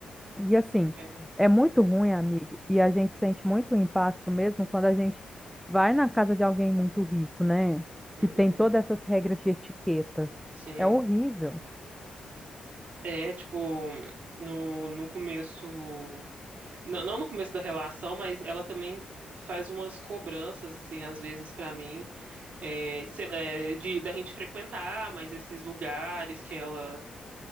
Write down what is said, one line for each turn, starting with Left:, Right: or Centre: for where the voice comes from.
Centre: E assim,
Right: É.
Centre: é muito ruim, amigo, e a gente sente muito o impacto mesmo quando a gente vai na casa de alguém muito rico, né?
Right: Uhum,
Centre: Que tem todas essas regras de etiquetas.
Right: sim.
Centre: É horrível.
Right: É, tipo, no, no começo. Não, não no começo da relação, mas ela também faz umas cobranças, assim, às vezes pra mim. é, sei lá, é, de, da gente frequentar mais esses lugares que ela